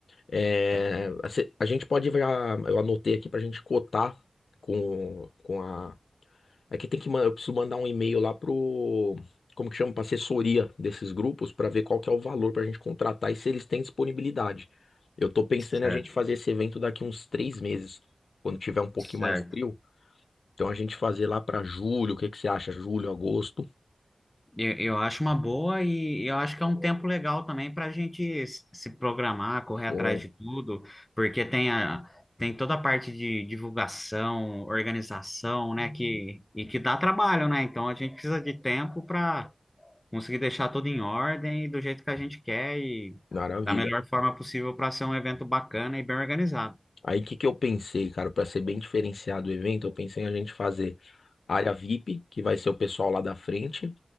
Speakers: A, on the left; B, on the left.
A: É,
B: é.
A: a se- a gente pode, já- eu anotei aqui pra gente cotar com, com a é que tem que, man- eu preciso mandar um e-mail lá pro, como que chama, pra assessoria desses grupos pra ver qual que é o valor pra gente contratar e se eles têm disponibilidade. Eu tô pensando
B: Certo,
A: em a gente fazer esse evento daqui uns três meses, quando tiver um pouquinho
B: certo.
A: mais frio. Então a gente fazer lá pra julho, o que que você acha? Julho, agosto?
B: Eu, eu acho uma boa e eu acho que é um tempo legal também para a gente s- se programar, correr
A: Show.
B: atrás de tudo, porque tem a, tem toda a parte de divulgação, organização, né, que, e que dá trabalho, né? Então a gente precisa de tempo para conseguir deixar tudo em ordem e do jeito que a gente quer e
A: Maravilha.
B: da melhor forma possível para ser um evento bacana e bem organizado.
A: Aí o que que eu pensei, cara, para ser bem diferenciado o evento, eu pensei em a gente fazer área VIP, que vai ser o pessoal lá da frente.